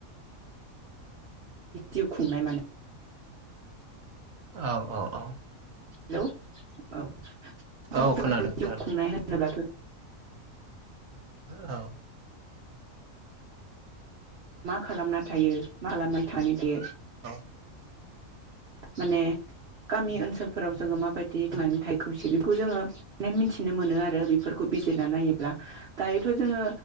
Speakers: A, on the right (about 50°); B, on the right (about 75°).
A: जिउ खुंनाय मान
B: औ औ औ
A: हेलौ औ सानफ्रोमबोनि
B: औ खोनादों खोनादों
A: जिउ खुंनाय <unintelligible> <unintelligible> <unintelligible> मा
B: औ
A: खालामना थायो मा खालामना थानो दे
B: औ
A: माने गामि ओनसोलफोराव जोङो माबायदि माने थाइखुम सिरिखौ जोङो मे मिथिनो मोनो आरो बेफोरखौ बिजिरना नायोब्ला दायोथ' जोङो